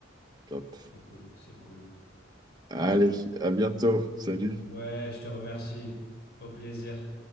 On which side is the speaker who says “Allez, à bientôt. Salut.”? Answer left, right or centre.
Right